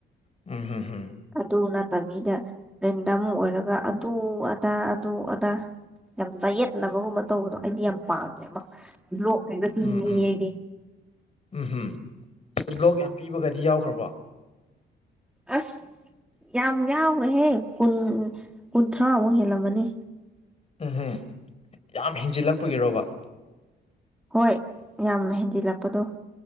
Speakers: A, on the left; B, in the centre.
A: ꯎꯝ ꯍꯝ ꯍꯝ
B: ꯑꯗꯨ ꯅ ꯇꯕꯤꯗ ꯔꯦꯟꯗꯝ ꯑꯣꯏꯔꯒ ꯑꯗꯨ ꯑꯗꯥ ꯑꯗꯨ ꯑꯗꯥ ꯌꯥꯝ ꯆꯌꯦꯠꯅꯕꯒꯨꯝꯕ ꯇꯧꯕꯗꯣ ꯑꯩꯗꯤ ꯌꯥꯝ ꯄꯥꯝꯃꯦ ꯃꯥ ꯂ꯭ꯂꯣꯒ ꯄꯗꯤ
A: ꯎꯝ ꯎꯝ ꯎꯝ ꯍꯝ ꯕ꯭ꯂꯣꯛ ꯌꯥꯝ ꯄꯤꯕꯒꯗꯤ ꯌꯥꯎꯈ꯭ꯔꯕ
B: ꯑꯁ ꯌꯥꯝ ꯌꯥꯎꯈ꯭ꯔꯦꯍꯦ ꯀꯨꯟ ꯀꯨꯟꯊ꯭ꯔꯥꯃꯨꯛ ꯍꯦꯜꯂꯝꯃꯅꯤ
A: ꯎꯝꯍꯝ ꯌꯥꯝ ꯍꯦꯟꯖꯤꯜꯂꯛꯄꯒꯤꯔꯣꯕ
B: ꯍꯣꯏ ꯌꯥꯝꯅ ꯍꯦꯟꯖꯤꯜꯂꯛꯄꯗꯣ